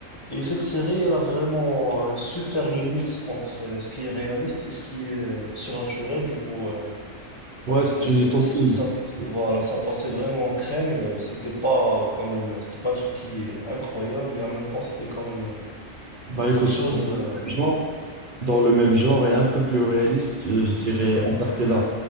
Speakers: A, on the left; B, on the right.
A: Et cette série, elle a vraiment euh, su faire le mix entre euh, ce qui est réaliste et ce qui est euh, surnaturel. Du coup, euh,
B: Ouais, c'est
A: euh, c-
B: une utopie.
A: ça, ça-
B: C'est-
A: voilà, ça passait vraiment en crème. euh, C'était pas quand même, euh, c'était pas un truc qui est incroyable et en même temps, c'était quand même euh,
B: Bah écoute,
A: quelque chose.
B: dans
A: euh,
B: le même genre. dans le même genre et un peu plus réaliste, je, je dirais Interstellar.